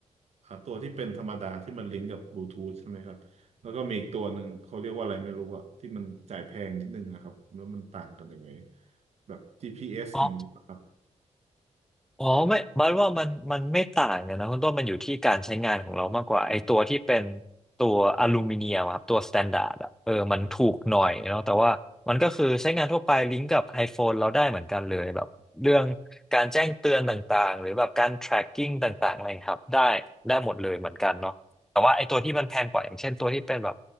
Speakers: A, on the right; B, in the centre.
A: อ่าตัวที่เป็นธรรมดาที่มันลิงก์กับบลูทูธใช่ไหมครับแล้วก็มีอีกตัวหนึ่งเขาเรียกว่าอะไรไม่รู้อะที่มันจ่ายแพงนิดนึงนะครับแล้วมันต่างกันยังไงแบบ GPS อสอย่างนี้ปะครับ
B: อ๋อ อ๋อไม่บัดว่ามันมันไม่ต่างกันนะคุณต้นมันอยู่ที่การใช้งานของเรามากกว่าไอตัวที่เป็นตัวอลูมิเนียมอะครับตัวสแตนดาร์ดอะเออมันถูกหน่อยเนาะแต่ว่ามันก็คือใช้งานทั่วไปลิงก์กับ iPhone เราได้เหมือนกันเลยแบบเรื่องการแจ้งเตือนต่างๆหรือแบบการ tracking ต่างๆอะไรครับได้ได้หมดเลยเหมือนกันเนาะแต่ว่าไอตัวที่มันแพงกว่าอย่างเช่นตัวที่เป็นแบบ